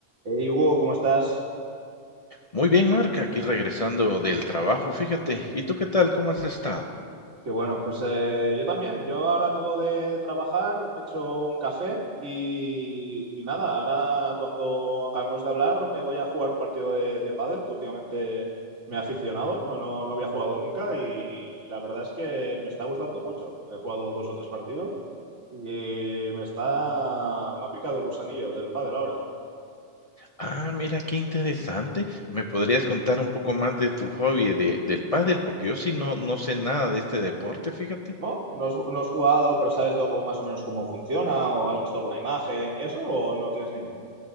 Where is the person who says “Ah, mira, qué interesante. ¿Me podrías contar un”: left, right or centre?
Left